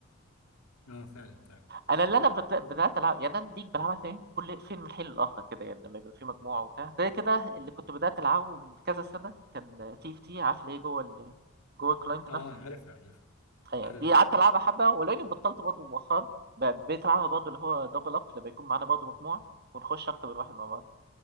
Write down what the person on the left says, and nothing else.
آه فعلا فعلا
آه
عارفها عارفها
عارفها